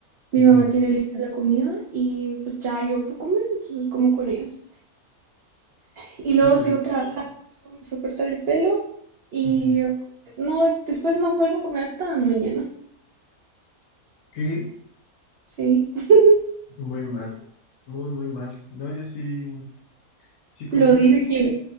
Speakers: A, on the right; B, on the left.
A: mi
B: Ujú,
A: mamá tiene lista la comida y pues ya yo puedo comer, entonces como con ellos. Y luego
B: Súper.
A: sigo trabajando, luego me fui a cortar el pelo y
B: Ujú.
A: no, después no vuelvo a comer hasta mañana,
B: ¿Qué?
A: sí. <laughs>
B: Muy mal. Muy, muy mal. No, yo sí, sí comí.
A: Lo
B: no-
A: dice quien,